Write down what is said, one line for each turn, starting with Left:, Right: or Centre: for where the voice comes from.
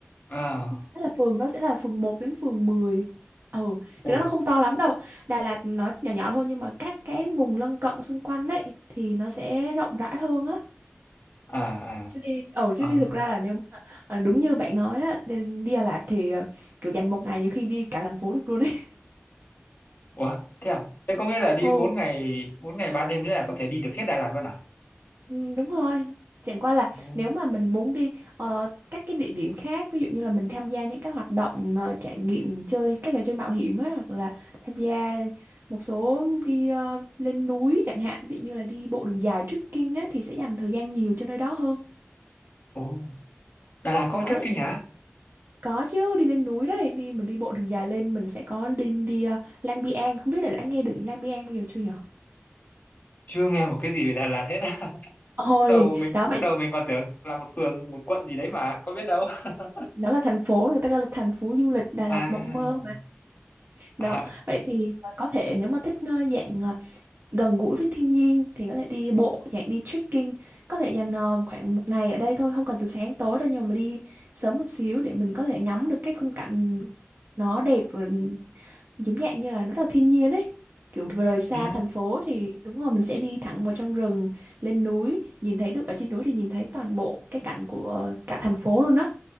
Left: À,
Right: Đó là phường đó sẽ là phường một đến phường mười Ừ,
Left: ui,
Right: thực ra nó không to lắm đâu. Đà Lạt nó nhỏ nhỏ thôi nhưng mà các cái vùng lân cận xung quanh ấy thì nó sẽ rộng rãi hơn á.
Left: à, à,
Right: Chứ đi ở chứ
Left: à.
Right: đi thực ra là nếu mà à, đúng như bạn nói á, đi đi Đà Lạt thì à, kiểu dành một ngày nhiều khi đi cả thành phố được luôn ấy. <laughs>
Left: Ủa, thế à? Thế có nghĩa là đi
Right: Ừ.
Left: bốn ngày, bốn ngày 3 đêm nữa là có thể đi được hết Đà Lạt luôn à?
Right: Ừ, đúng rồi. Chẳng qua là
Left: Ừ.
Right: nếu mà mình muốn đi ờ, các cái địa điểm khác, ví dụ như là mình tham gia những cái hoạt động ờ, trải nghiệm chơi các trò chơi mạo hiểm á, hoặc là tham gia một số đi ờ, lên núi chẳng hạn, ví dụ như là đi bộ đường dài trekking á thì sẽ dành thời gian nhiều cho nơi đó hơn.
Left: Ồ, Đà Lạt có
Right: Đó
Left: trekking
Right: vậy thì
Left: hả?
Right: có chứ, đi lên núi đấy, đi mình đi bộ đường dài lên mình sẽ có đi đi ờ, Lang Biang, không biết là đã nghe đỉnh Lang Biang bao giờ chưa nhở?
Left: Chưa nghe một cái gì về Đà Lạt hết á. <laughs>
Right: Ôi,
Left: Lúc đầu mình
Right: đó vậy
Left: lúc đầu mình còn tưởng là một phường, một quận gì đấy mà, có biết đâu. <laughs>
Right: đó là thành phố người ta gọi là thành phố du lịch Đà
Left: À,
Right: Lạt mộng mơ Đó,
Left: à,
Right: vậy thì à, có thể nếu mà thích à, dạng à, gần gũi với thiên nhiên thì có thể đi bộ, dạng đi trekking, có thể dành à, khoảng một ngày ở đây thôi, không cần từ sáng tối đâu nhưng mà đi sớm một xíu để mình có thể ngắm được cái khung cảnh nó đẹp và giống dạng như là nó là thiên nhiên ấy. Kiểu vừa rời xa
Left: ừ.
Right: thành phố thì đúng rồi mình sẽ đi thẳng vào trong rừng, lên núi, nhìn thấy được ở trên núi thì nhìn thấy toàn bộ cái cảnh của à, cả thành phố luôn á.